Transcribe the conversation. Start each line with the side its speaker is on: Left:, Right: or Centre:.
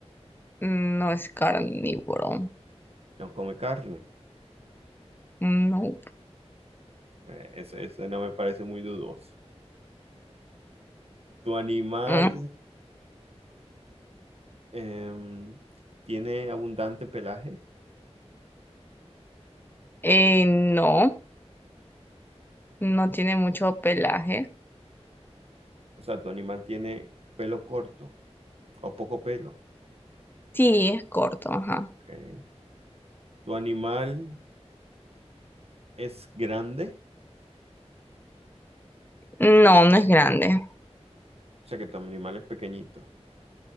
Left: no es carnívoro.
Right: No come carne.
Left: No.
Right: Eh, ese, ese no me parece muy dudoso. ¿Tu animal
Left: Mm,
Right: em, tiene abundante pelaje?
Left: eh, no. No tiene mucho pelaje.
Right: O sea, ¿tu animal tiene pelo corto o poco pelo?
Left: Sí, es corto, ajá.
Right: Ok. ¿Tu animal es grande,
Left: No, no es grande.
Right: o sea que tu animal es pequeñito.